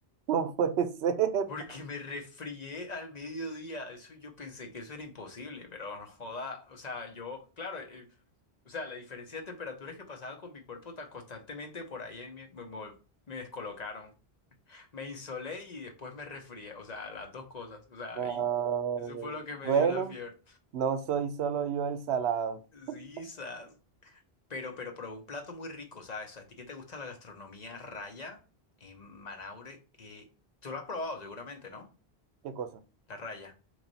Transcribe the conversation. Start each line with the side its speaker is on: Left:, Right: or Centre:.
Right: No puede ser. <laughs>
Left: Porque me resfrié al mediodía. Eso yo pensé que eso era imposible, pero no joda. O sea, yo, claro, eh, o sea, la diferencia de temperaturas que pasaba con mi cuerpo tan constantemente por ahí me, me, me- me descolocaron. Me insolé y después me resfrié. O sea, las dos cosas. O sea,
Right: No,
Left: ahí, eso fue lo que me
Right: bueno,
Left: dio la fiebre.
Right: no soy solo yo el salado. <laughs>
Left: Sí, sas. Pero, pero, pero un plato muy rico, ¿sabes? A ti que te gusta la gastronomía raya en Manaure, eh, tú lo has probado seguramente, ¿no?
Right: ¿Qué cosa?
Left: La raya.